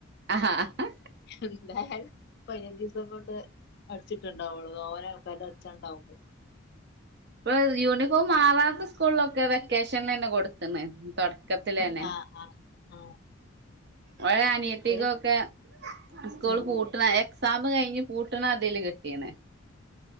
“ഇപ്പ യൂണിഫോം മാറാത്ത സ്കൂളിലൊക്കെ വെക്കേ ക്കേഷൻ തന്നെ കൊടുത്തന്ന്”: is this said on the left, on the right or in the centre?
Right